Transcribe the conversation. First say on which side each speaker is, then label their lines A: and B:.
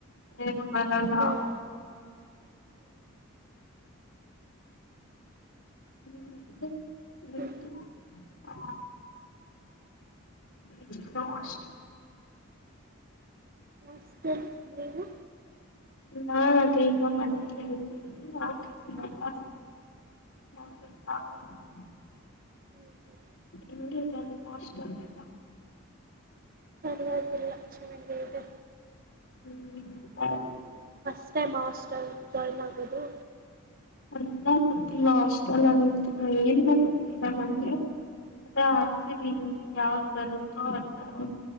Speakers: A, on the left; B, on the right.
A: ಏನು ಬರಲ್ಲ.
B: ಹಾಂ
A: ಹ್ಮ್ ದು ನಿಮ್ದು.
B: ಹ್ಞೂ
A: ಆ ಇಟ್ಸ್ ನೋಸ್ಟ್.
B: ಹಾಸ್ಟೆಲ್ ನೀವು.
A: ನಾದ್ ಇನ್ನ ಮನೆಲಿ. <unintelligible>
B: ಹ್ಞೂ ಹ್ಞೂ
A: ಹೆಂಗ್ ಇದೆ ಅಲ್ಲಿ ಹಾಸ್ಟೆಲ್ ಎಲ್ಲ.
B: ಸರಿಯಾಗ್ ಇಲ್ಲ. ಚೆನಾಗೆ ಇದೆ.
A: ಹ್ಮ್ ಹ್ಮ್ ಹಾ
B: ನೀವು ಫಸ್ಟ್ ಟೈಮ್ ಹಾಸ್ಟೆಲ್ ಜಾಯ್ನ್ ಆಗೋದು.
A: ಅಲ್ಲ ಗೊತ್ತಿಲ್ಲ ಹಾಸ್ಟೆಲ್ ಆಗಿರ್ತೀಲ್ಲ ಏನ್ ಗೊತ್ತಿಲ್ಲ ನಂಗೆ ಅದೆ ಹಾಕ್ತಿದೀನಿ ಯಾವ್ದ್ ಬರುತ್ತೋ ಅದು